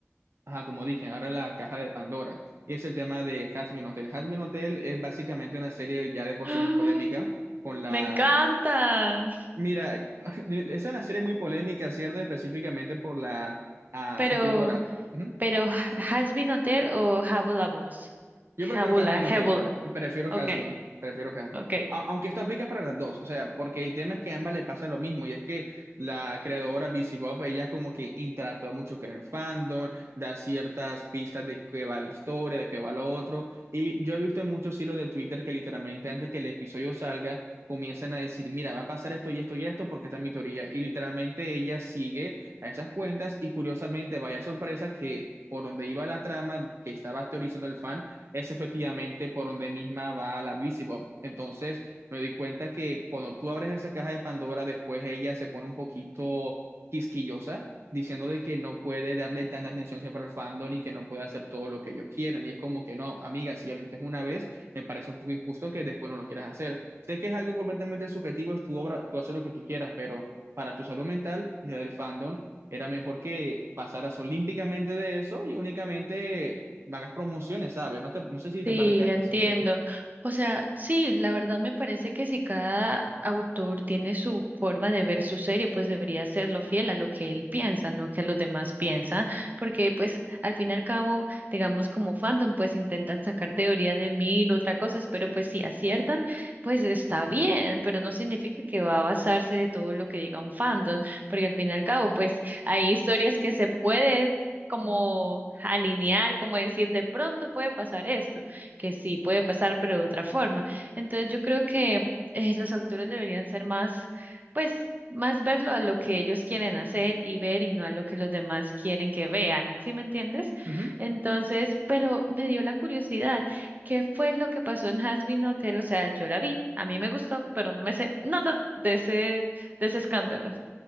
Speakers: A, on the right; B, on the right.
A: ajá, como dije, ahora la caja de Pandora, y es el tema de Hazbin Hotel. Hazbin Hotel es básicamente una serie ya de
B: <gasps>
A: por
B: ¡Ah!
A: sí muy polémica. Con la.
B: Me encanta.
A: Mira, <laughs> es una serie muy polémica, ¿cierto? Específicamente por la ah,
B: Pero
A: escritora. Ujú.
B: Pero Has Been Hotel o Habula Boss.
A: Yo
B: Habula,
A: prefiero Hasbin
B: habula
A: Hotel, prefiero
B: Ok,
A: Hasbin, prefiero Hasbin.
B: ok.
A: A- aunque esto aplica para las dos, o sea, porque el tema es que a ambas le pasa lo mismo, y es que la creadora BC Bob, ella como que interactúa mucho con el fandom, da ciertas pistas de qué va la historia, de qué va lo otro, y yo he visto en muchos hilos de Twitter que literalmente antes que el episodio salga, comienzan a decir, mira, va a pasar esto y esto y esto, porque esta es mi teoría, y literalmente ella sigue a esas cuentas, y curiosamente, vaya sorpresa que por donde iba la trama que estaba teorizando el fan, es efectivamente por donde misma va la Visibob. Entonces me di cuenta que cuando tú abres esa caja de Pandora, después ella se pone un poquito quisquillosa, diciendo de que no puede darle tanta atención siempre al fandom y que no puede hacer todo lo que ellos quieran. Y es como que no, amiga, si ya lo hiciste una vez, me parece un poco injusto que después no lo quieras hacer. Sé que es algo completamente subjetivo, es tu obra, tú haces lo que tú quieras, pero para tu salud mental y la del fandom, era mejor que pasaras olímpicamente de eso y únicamente me hagas promociones, ¿sabes? No, te, no sé si te
B: Sí,
A: parezca
B: entiendo.
A: que eso, sí.
B: O sea, sí, la verdad me parece que si cada autor tiene su forma de ver su serie, pues debería serlo fiel a lo que él piensa, no que a los demás piensan, porque pues al fin y al cabo, digamos como fandom, pues intentan sacar teoría de mil otras cosas, pero pues si aciertan, pues está bien, pero no significa que va a basarse de todo lo que diga un fandom, porque al fin y al cabo, pues hay historias que se puede como alinear, como decir, de pronto puede pasar esto que sí puede pasar, pero de otra forma. Entonces yo creo que eh, los autores deberían ser más, pues, más verlo a lo que ellos quieren hacer y ver y no a lo que los demás quieren que vean, ¿sí me entiendes?
A: Ujú.
B: Entonces, pero me dio la curiosidad, ¿qué fue lo que pasó en Hazbin Hotel? O sea, yo la vi, a mí me gustó, pero no me sé nada de ese, de ese escándalo.